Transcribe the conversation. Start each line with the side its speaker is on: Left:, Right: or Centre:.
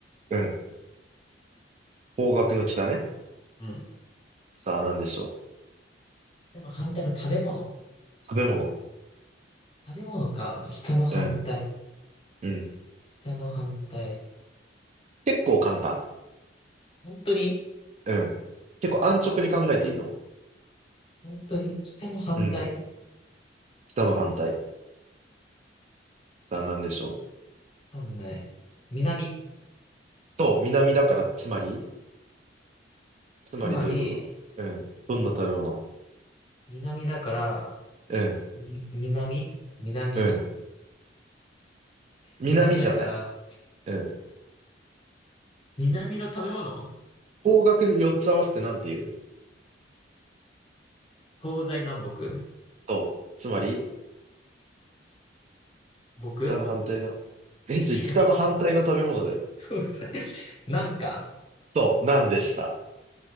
Right: ううん。方角の北ね。
Left: うん。
Right: さあ何でしょ
Left: 北の反対の食べ物。
Right: う食べ物。
Left: 食べ物か。北の反対。
Right: うん。うん。
Left: 北の反対。
Right: 結構簡単。
Left: 本当に
Right: うん。結構安直に考えていいと思
Left: 本当に北の反対
Right: う。うん。北の反対。さあ、何でしょう。
Left: わかんない。南。
Right: そう、南だから、つまりつまりどういうことうん。
Left: つまり、
Right: どんな食べ物
Left: 南だから、
Right: うん。
Left: み、南南。
Right: うん。南じゃない。
Left: 南だから、
Right: うん。
Left: 南の食べ物
Right: 方角4つ合わせてなんて言う
Left: 東西南北。
Right: そう。つまり、
Left: 僕
Right: 北の反対の、え、ちょ、
Left: 違う。
Right: 北の反対の食べ物だよ。
Left: 東西。なんか、
Right: そう、なんでした。